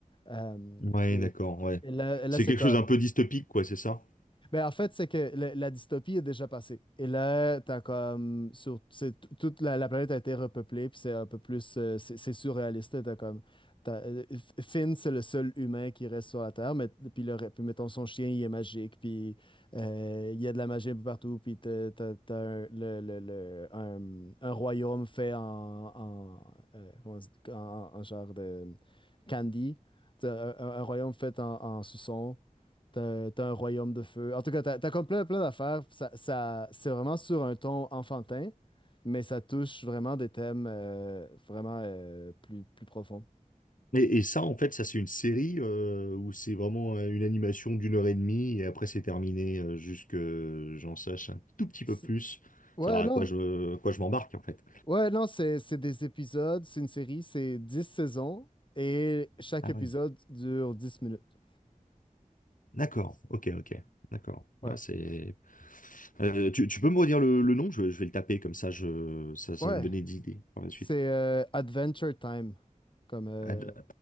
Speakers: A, on the left (about 35°); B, on the left (about 70°).
A: Euh,
B: Ouais,
A: et,
B: d'accord, ouais.
A: et là, là,
B: C'est
A: c'est
B: quelque
A: comme,
B: chose d'un peu dystopique, quoi, c'est ça?
A: ben, en fait, c'est que la, la dystopie est déjà passée. Et là, t'as comme. Sur, c'est, t- toute la, la planète a été repeuplée, puis c'est un peu plus. euh, c'est c'est surréaliste. là, T'as comme. t'as- euh, F- Finn, c'est le seul humain qui reste sur la Terre, mais puis, le, re- puis mettons son chien, il est magique, puis euh, il y a de la magie un peu partout, puis t'as, t'as- t'as un, le, le- le- un, un royaume fait en. en, euh, comment on dit- en, en genre de candy. T'as Un, un- un royaume fait en, en suçon. T'as t'as un royaume de feu. En tout cas, t'as t'as comme plein, plein d'affaires. Ça, ça- c'est vraiment sur un ton enfantin, mais ça touche vraiment des thèmes euh, vraiment euh, plus, plus profonds.
B: Et, et ça, en fait, ça, c'est une série euh, où c'est vraiment euh, une animation d'une heure et demie et après, c'est terminé euh, jusque euh, j'en sache un tout petit
A: C'est-
B: peu plus,
A: Ouais,
B: savoir
A: non.
B: à quoi je, à quoi je m'embarque, en fait.
A: Ouais, non, c'est c'est des épisodes, c'est une série, c'est 10 saisons et chaque
B: Ah
A: épisode
B: oui.
A: dure 10 minutes.
B: D'accord, ok, ok, d'accord.
A: Ouais.
B: Ouais, c'est... Euh, tu, tu peux me redire le, le nom? Je, vais je vais le taper, comme ça, je, ça, ça
A: Ouais.
B: va me donner des idées par la suite.
A: C'est euh, Adventure Time, comme euh,
B: Ad-